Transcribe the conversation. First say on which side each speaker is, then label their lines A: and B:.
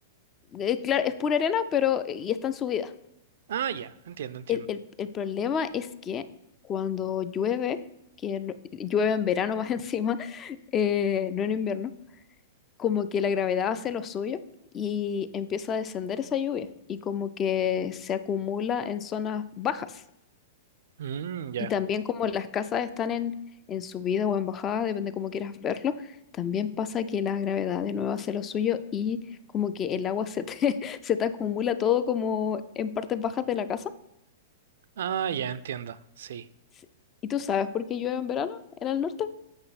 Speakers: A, on the left; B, on the right.
A: eh, claro, es pura arena, pero eh, y está en subida.
B: Ah, ya, entiendo, entiendo.
A: El, el, el problema es que cuando llueve, que no- llueve en verano más <laughs> encima, eh, no en invierno, como que la gravedad hace lo suyo y empieza a descender esa lluvia y como que se acumula en zonas bajas.
B: Mm, ya.
A: Y también como las casas están en, en subida o en bajada, depende cómo quieras verlo, también pasa que la gravedad de nuevo hace lo suyo y como que el agua se te, <laughs> se te acumula todo como en partes bajas de la casa.
B: Ah, ya, entiendo, sí.
A: Sí. ¿Y tú sabes por qué llueve en verano en el norte?